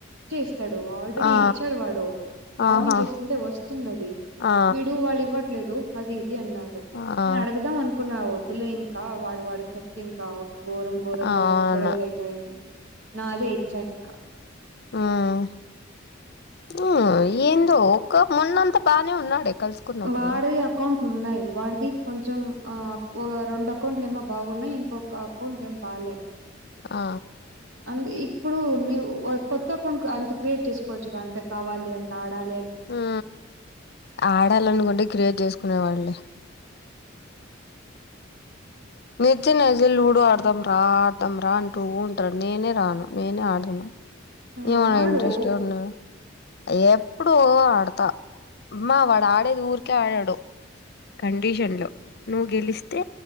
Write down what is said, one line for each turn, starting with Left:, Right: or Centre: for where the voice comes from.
Right: చేస్తాడు ఆల్రెడీ
Left: ఆ
Right: ఇచ్చాడు వాడు లాగిన్
Left: ఆహా
Right: చేసుకుంటే వస్తుంది అది
Left: ఆ
Right: వీడు వాళ్ళు ఇవ్వట్లేదు అది ఇది అన్నాడు
Left: ఆ
Right: నేను అడగదాం అనుకున్నా వద్దులే ఇంకా వాడు వాడు చెప్తే ఇంకా ఘోరం ఘోరంగా
Left: అవును
Right: గొడవలుైతాయని నా అదే ఇచ్చాయి ఇంకా
Left: ఆ ఏందో ఒ మొన్నంత బానే ఉన్నాడే కలుసుకున్నప్పుడు
Right: వాడిది అకౌంట్లు ఉన్నాయి వాడిది కొంచెం ఆ ఒక రెండు అకౌంట్లు ఏమో బాగున్నాయి ఇంకొక అకౌంట్ ఏమో బాగాలే
Left: ఆ
Right: అందు ఇప్పుడు నీ కొత్త కొం అంత క్రియేట్ చేసుకోవచ్చు అంత కావాలి అంత ఆడాలి అంటే
Left: ఉ ఆడాలనుకుంటే క్రియేట్ చేసుకునే వాళ్ళే నిజం నజ లూడో ఆడదాం రా ఆడదాం రా అంటూంట నేనే రాను నేనే ఆడను
Right: మ్మ్
Left: ఏమనా
Right: ఆడు
Left: ఇంట్రెస్ట్ ఉండదు ఎప్పుడు ఆడతామ్మా వాడు ఆడేది ఊరికే ఆడాడు కండిషన్ లో నువ్వు గెలిస్తే